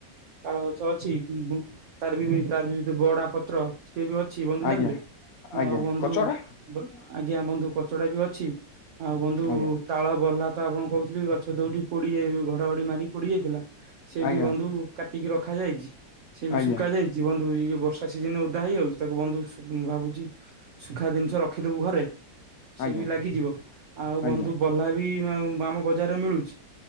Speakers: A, on the right; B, on the left.
A: ତାଳ ଗଛ ଅଛି। ତାର ବି ତାର ବି ବଡା ପତ୍ର। ସଏ ବି ଅଛି ବନ୍ଧୁ
B: ଆଜ୍ଞା
A: ଜାଣିଲେ। ଆଉ
B: ଆଜ୍ଞା
A: ବନ୍ଧୁ
B: କଚଡା
A: ଆଜ୍ଞା ବନ୍ଧୁ କଚଡା ବି ଅଛି। ଆଉ ବନ୍ଧୁ
B: ଆଜ୍ଞା
A: ତାଳ ବଲ୍ହା ତ ଆପଣଙ୍କୁ କହୁଥିଲି ଗଛ ଦୋଓଟି ପୋଡିଯାଇ ଘଡଘଡି ମାରି ପୋଡି ଯାଇଥିଲା। ସେ
B: ଆଜ୍ଞା
A: ବି ବନ୍ଧୁ କାଟିକି ରଖା ଯାଇଛି, ସେ ବି
B: ଆଜ୍ଞା
A: ଶୁଖା ଯାଇଛି। ଯିଏ ବନ୍ଧୁ ଏଇ ଯୋଉ ବର୍ଷା ସିଜନ ଓଦା ହେଇଯାଉଛି ତାକୁ ବନ୍ଧୁ ଭାବୁଛି ସୁଖା ଜିନିଷ ରଖିଦବୁ ଘରେ ସି
B: ଆଜ୍ଞା
A: ବି ଲାଗିଯିବ ଆଉ
B: ଆଜ୍ଞା
A: ବନ୍ଧୁ। ବଲ୍ଲା ବି ଆମ ବଜାରରେ ମିଳୁଛି।